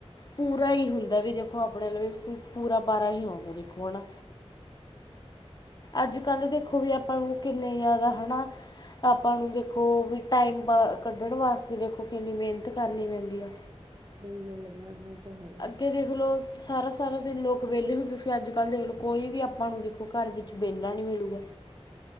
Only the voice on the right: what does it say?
ਸਹੀ ਗੱਲ ਆ ਮੈਡਮ ਇਹ ਤਾ ਹੈਗਾ।